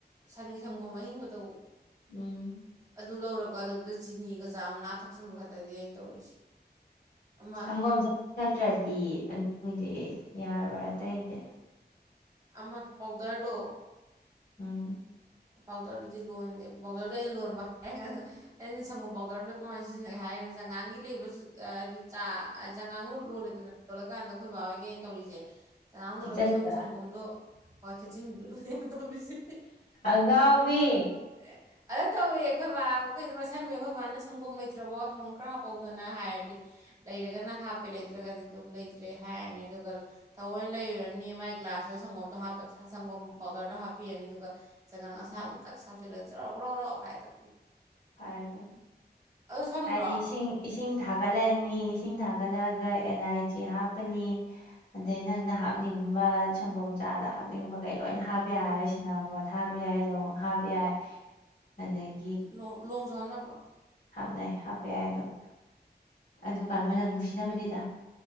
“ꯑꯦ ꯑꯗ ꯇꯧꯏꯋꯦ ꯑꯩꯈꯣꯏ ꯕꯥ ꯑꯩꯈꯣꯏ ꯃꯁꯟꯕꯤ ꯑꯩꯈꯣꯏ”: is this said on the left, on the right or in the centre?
Right